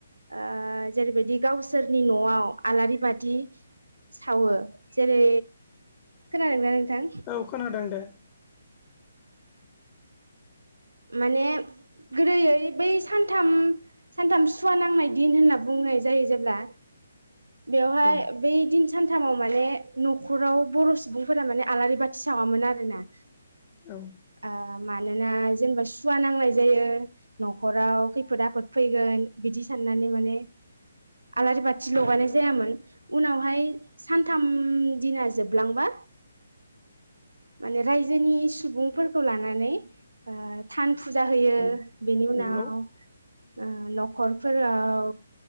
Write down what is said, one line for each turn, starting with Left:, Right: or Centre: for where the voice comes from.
Right: ओ जेरैबायदि गावसोरनि न'आव आलारि बाथि सावो जेरै खोनादोंना? नोंथां
Left: औ खोनादों दे
Right: माने गोदोयै बै सानथाम सानथाम सुवा नांनाय दिन होनना बुंनाय जायो जेब्ला बेवहाय
Left: औ
Right: बै दि सानथामाव माने न'खराव बर' सुबुंफोरा माने आलारि बाथि सावामोन आरोना।
Left: औ
Right: ओ मानोना जेनेबा सुवा नांनाय जायो न'खराव खैफोद आफोद फैगोन बिदि साननानै माने आलारि बाथि लगायनाय जायामोन उनावहाय सानथाम दिना जोबलांबा माने रायजोनि सुबुंफोरखौ लानानै ओ थान फुजा होयो
Left: औ
Right: बिनि उनाव
Left: नंगौ
Right: ओ न'खरफोराव